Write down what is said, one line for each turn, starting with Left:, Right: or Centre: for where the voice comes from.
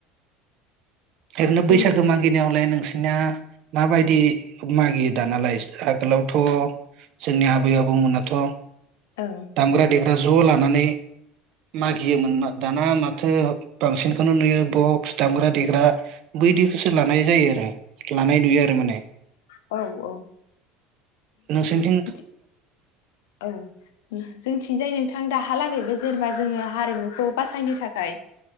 Right: ओरैनो
Left: जोंनि
Right: बैसागो मागिनायावलाय नोंसिनिया माबायदि मागियो दानालाय गोलावथ' जोंनि आबै आबौमोनाथ'
Left: ओं
Right: दामग्रा दे ग्रा ज' लानानै मागियोमोन दाना माथो बांसिनखौनो नुयो बक्स दामग्रा देग्रा बैदिखोसो लानाय जायो आरो लानाय नुयो आरो माने।
Left: औ औ।
Right: नोंसोरनिथिं
Left: <unintelligible> औ जोंथिंजाय नोंथां दाहालागै बे जेनेबा जोङो हारिमुखौ बासायनो थाखाय